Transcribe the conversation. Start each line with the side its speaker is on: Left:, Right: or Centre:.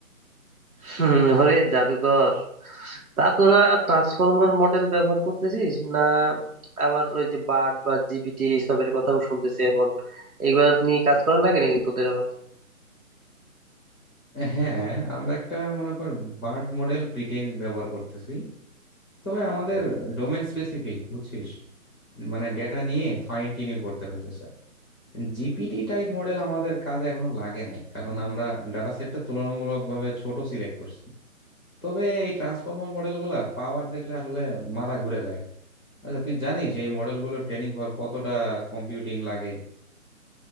Right: হম ওরে জাদুকর তা তোরা ট্রান্সফর্মার মডেল ব্যবহার করতেছিস না আবার ওই যে বার্ড বা জিপিটি এসবের কথাও শুনতেছি এখন এগুলা নিয়ে কাজ করা লাগে নাকি তোদের আবার
Left: হ্যাঁ আমরা একটা মনে কর বার্ট মডেল প্রিটেইন ব্যবহার করতেছি তবে আমাদের ডোমেন স্পেসিফিক বুঝছিস মানে ডেটা নিয়ে ফাইন টিউনিং করতে হইতেছে জিপিটি টাইপ মডেল আমাদের কাজে এখনো লাগে নাই কারণ আমরা ডাটা সেটটা তুলনামূলকভাবে ছোট সিলেক্ট করছি তবে এই ট্রান্সফর্মার মডেলগুলা পাওয়ার দেখলে আসলে মাথা ঘুরে যায় আচ্ছা তুই জানিস এই মডেলগুলো ট্রেনিং পাওয়ার কতটা কম্পিউটিং লাগে